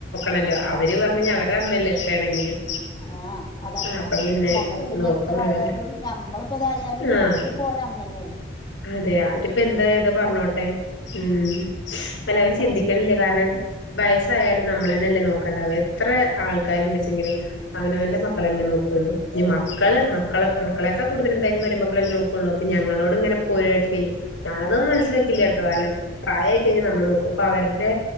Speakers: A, on the left; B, on the left.
A: ണല്ലോ അവര് പറഞ്ഞ് അവരെ അമ്മലെ എത്രയാണെങ്കിലും.
B: ആഹ് അതാണ്
A: ആഹ് അപ്പൊ പിന്നെ
B: ഞമ്മളിപ്പോ ഇനി
A: നോക്കും
B: എത്ര
A: വേണല്ലോ
B: ആയാലും ഞമ്മളിപ്പോ ഇതായാലും
A: ആഹ്
B: ഓല്ക്ക്. പ്പോല അമ്മേന്നെ അല്ലേ.
A: അതെ അവരിപ്പോ എന്താ ഏതോ പറഞ്ഞോട്ടെ ഉംഹ്
B: ഉം
A: അല്ല
B: എത്ര
A: അവര് ചിന്തിക്ക്ണില്ലേ
B: ചീ
A: കാരണം വയസ്സായാലും നമ്മളന്നെല്ലെ നോക്കാണ്ടാവ എത്ര ആൾക്കാരുണ്ട്ച്ചെങ്കിലും. അവന അവന്റെ മക്കളന്നെ നോക്കുള്ളൂ. ഇനി മക്കള് മക്കളെ മക്കളേക്കാൾ കൂടുതൽ എന്തായാലും മരുമക്കളല്ല നോക്കൊള്ളൂ അപ്പൊ ഞങ്ങളോട് ഇങ്ങനെ. പോര്കാട്ടി കഴിഞ്ഞ. ഞാനതും മനസ്സില് വെക്കില്ലട്ടോ കാരണം പ്രായായി കഴിഞ്ഞാൽ നമ്മള് നോക്കും അപ്പൊ അവരുടെ.